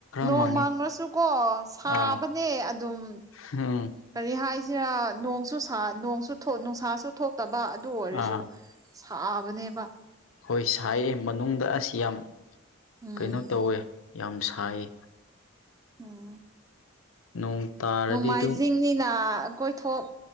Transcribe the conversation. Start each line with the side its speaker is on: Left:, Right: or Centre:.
Right: ꯅꯣꯡ
Left: ꯃꯪꯉꯦ
Right: ꯃꯥꯡꯂꯁꯨꯀꯣ ꯁꯥꯕꯅꯦ
Left: ꯑꯥ
Right: ꯑꯗꯨꯝ
Left: ꯎꯝ
Right: ꯀꯔꯤ ꯍꯥꯏꯁꯤꯔꯥ ꯅꯣꯡꯁꯨ ꯁꯥ ꯅꯣꯡꯁꯨ ꯊ ꯅꯨꯡꯁꯥ ꯆꯨ ꯊꯣꯛꯇꯕ ꯑꯗꯨ ꯑꯣꯏꯔꯁꯨ
Left: ꯑꯥ
Right: ꯁꯥꯕꯅꯦꯕ
Left: ꯍꯣꯏ ꯁꯥꯏꯌꯦ ꯃꯅꯨꯡꯗ ꯑꯁ ꯌꯥꯝ
Right: ꯎꯝ
Left: ꯀꯩꯅꯣ ꯇꯧꯋꯦ ꯌꯥꯝ ꯁꯥꯏꯌꯦ
Right: ꯑꯥ
Left: ꯅꯣꯡ ꯇꯥꯔꯗꯤ
Right: ꯅꯅꯨꯡꯃꯥꯏꯖꯤꯡꯅꯤꯅ
Left: ꯑꯗꯨꯝ
Right: ꯀꯣꯏꯊꯣꯛ